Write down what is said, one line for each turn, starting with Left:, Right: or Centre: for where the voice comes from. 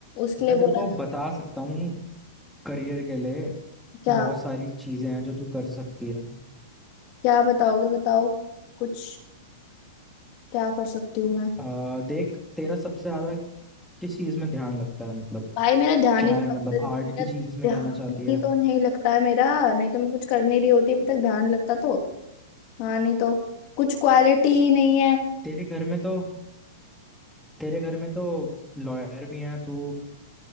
Left: उसके
Centre: मैं
Left: लिए बोला
Centre: तेरे को बता
Left: था
Centre: सकता हूँ करियर के लिए
Left: क्या
Centre: बहुत सारी चीजें हैं जो तू कर सकती है
Left: क्या बताओगे बताओ कुछ क्या कर सकती हूँ मैं
Centre: अ, देख तेरा सबसे ज्यादा किस चीज में ध्यान लगता है मतलब
Left: भाई मेरा ध्यान
Centre: क्या
Left: ही तो
Centre: है
Left: लगता
Centre: मतलब आर्ट
Left: मेरा
Centre: की
Left: ध्यान
Centre: चीज में जाना चाहती है
Left: ही तो नहीं लगता है मेरा नहीं तो मैं कुछ कर नहीं रही होती अभी तक ध्यान लगता तो हाँ नहीं तो कुछ क्वालिटी नहीं है
Centre: तेरे घर में तो तेरे घर में तो लॉयर भी हैं तू